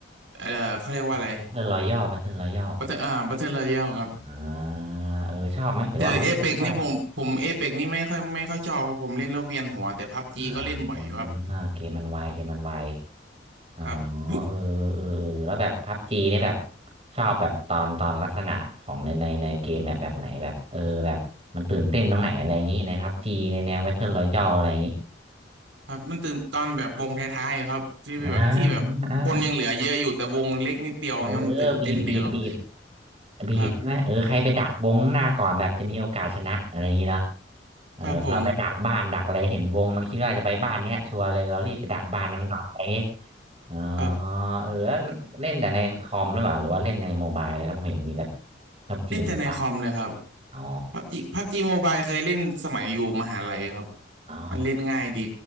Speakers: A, on the right (about 80°); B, on the right (about 35°).
A: เอ่อเขาเรียกว่าอะไร
B: แบทเทิลรอยัลแบทเทิลรอยัล
A: บัตเตอร์อ่าบัตเตอร์รอยัลครับ
B: อ่าเออชอบไหมหรือว่าไม่ไม่ค่อย
A: แต่เอพิกนี่ผมผมเอพิกนี่ไม่ค่อยไม่ค่อยชอบครับผมเล่นแล้วเวียนหัวแต่พับจีก็เล่นบ่อยอยู่ครับ
B: อ่าเกมมันไวเกมมันไว อ๋อ
A: ครับ
B: เออเออเออแล้วแบบพับจีนี่แบบชอบแบบตอนตอนลักษณะของในในในเกมแบบแบบไหนแบบเออแบบมันตื่นเต้นตรงไหนอะไรอย่างนี้ในพับจีในแนวแวทเทิลรอยัลอะไรอย่างนี้
A: ครับมันตื่นตอนแบบวงท้ายๆครับที่แบบที่แบบคนยังเหลือเยอะอยู่แต่วงเล็กนิดเดียวเงี้ยมันตื่นเต้นดีครับ
B: นะอ่าอ่า เออบีบบีบบีบบีบใช่ไหมเออใครไปดักวงข้างหน้าก่อนแบบจะมีโอกาสชนะอะไรอย่างนี้เนาะ
A: ครับ
B: เออเราไปดักบ้านดักอะไรเห็นวงมันคิดว่าจะไปบ้านเนี้ยชัวร์เลยเรารีบไปดักบ้านนั้นก่อนอะไรอย่างนี้
A: ครับผม
B: อ๋อ
A: <laughs> ครับ
B: เออแล้วเล่นแต่ในคอมหรือเปล่าหรือว่าเล่นในโมบายเลยครับผมเห็นมีแบบพับจีโมบาย
A: เล่นแต่ในคอมเลยครับ
B: อ๋อ
A: พับจีพับจีโมบายเคยเล่นสมัยอยู่มหาลัยครับ
B: อ๋อ
A: มันเล่นง่ายดี